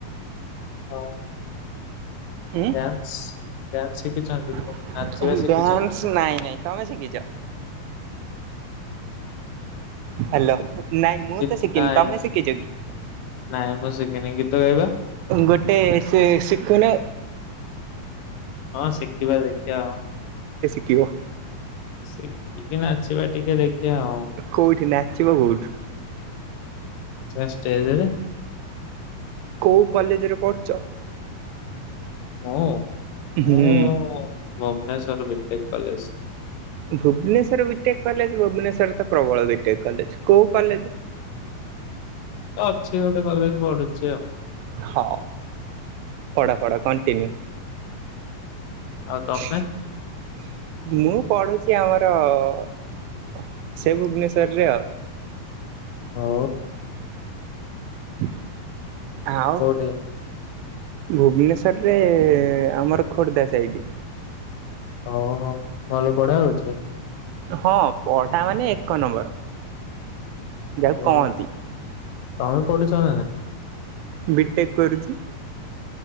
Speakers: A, on the left; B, on the right.
A: ଓହୋ
B: ଉଁ
A: ଡ୍ୟାନ୍ସ ଡ୍ୟାନ୍ସ ଶିଖିଛନ୍ତି?
B: ଡ୍ୟାନ୍ସ
A: ନାଚିବା ଶିଖିଛନ୍ତି?
B: ନାଇଁ ନାଇଁ ତମେ ସିକିି ଚ? ହାଲୋ ନାଇଁ ମୁଁ
A: ଗୀ
B: ତ ଶିକିନି
A: ନାଇଁ
B: ତମେ ଶିକିଛ କି?
A: ନାଇଁ ମୁଁ ଶିକିନି ଗୀତ ଗାଇବା।
B: ଗୋଟେ ସେ ଶିଖୁନୁ।
A: ହଁ ଶିଖିବା ଦେଖିବା ଆଉ
B: କିଓ
A: ସେଟ୍ ଟିକେ ନାଚିବା ଟିକେ ଦେଖିବା ଆ <unintelligible>
B: କୋଉଠି ନାଚିବ କୋଉଠୁ?
A: ସ୍ ଷ୍ଟେଜେରେ
B: କୋଉ କଲେଜ ରେ ପଢୁଛ?
A: ହଁ
B: ହୁଁ
A: ଓଅ Bhubaneswar B take college
B: Bhubaneswar BTech college Bhubaneswar ତ ପ୍ରବଳ ବିଟେକ୍ କଲେଜ କୋଉ କଲେଜ?
A: ଅଛି ଗୋଟେ କଲେଜ ପଡୁଛି ଆଉ
B: ହଁ ପଢ ପଢ଼ କଣ୍ଟିନ୍ୟୁ
A: ଆଉ ତମେ?
B: ଛିଁ ମୁଁ ପଢୁଛି ଆମର୍ ତ ସେ ଭୁବନେଶର୍ରେ ଅ
A: ହଁ
B: ହୁଁ ଆଉ
A: କୋଉଠି?
B: ଭୁବନେଶ୍ଵରରେ ଆମର ଖୋର୍ଦ୍ଧା ସାଇଡ
A: ଓହୋ ଭଲ ପଢା ଅଛ
B: ହଁ ପଢା ମାନେ ଏକ ନମ୍ବର ଯାହାକୁ
A: ଓ
B: କହନ୍ତି
A: ଆମେ ପଠେଛଁ
B: ବିଟେ କ କରିରିଛି